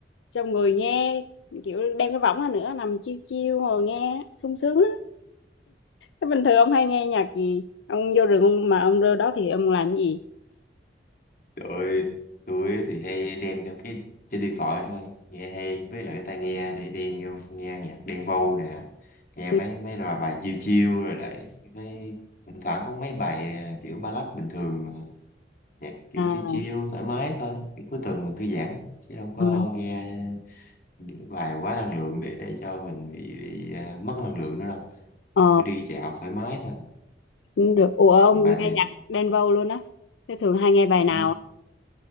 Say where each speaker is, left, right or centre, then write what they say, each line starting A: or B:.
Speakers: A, on the left (about 80°); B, on the left (about 50°).
A: xong rồi nghe kiểu đem cái võng ra nữa nằm chiêu chiêu ngồi nghe sung sướng Thế bình thường ông hay nghe nhạc gì? Ông vô rừng ông mà ông rơi đó thì ông làm gì?
B: tôi tôi thì hay đem theo cái trên điện thoại thôi nghe hay với lại cái tai nghe để đen nghe, nghe nhạc đen vâu nè nghe
A: Ừ,
B: mấy mấy là bài chill chill rồi lại cái thỉnh thoảng có mấy bài à, kiểu ballad bình thường mà nhạc kiểu
A: À,
B: chill chill thoải mái thôi kiểu cuối tuần mình thư giãn chứ đâu có
A: à,
B: nghe những bài quá năng lượng để để cho mình bị, bị à, mất năng lượng nữa đâu
A: ờ,
B: cứ đi dạo thoải mái thôi
A: cũng được. Ủa ông
B: còn bà
A: nghe
B: thì
A: nhạc Đen Vâu luôn á? Thế thường hay nghe bài nào?
B: ừ,